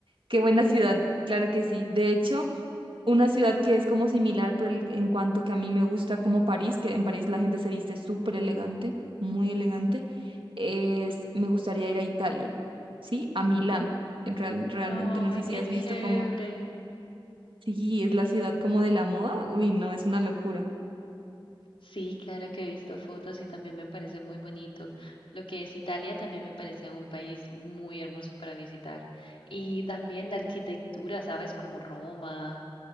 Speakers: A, on the right; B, on the left.
A: qué buena ciudad, claro que sí. De hecho, una ciudad que es como similar por el- en cuanto que a mí me gusta como París, que en París la gente se viste súper elegante, muy elegante, es, me gustaría ir a Italia, ¿sí? A Milán. en Real- realmente,
B: Ay,
A: no sé
B: qué
A: si has
B: chévere.
A: visto como, sí, es la ciudad como de la moda, uy, no, es una locura.
B: Sí, claro que he visto fotos y también me parece muy bonito. Lo que es Italia también me parece un país muy hermoso para visitar. Y también la arquitectura, ¿sabes? Como Roma.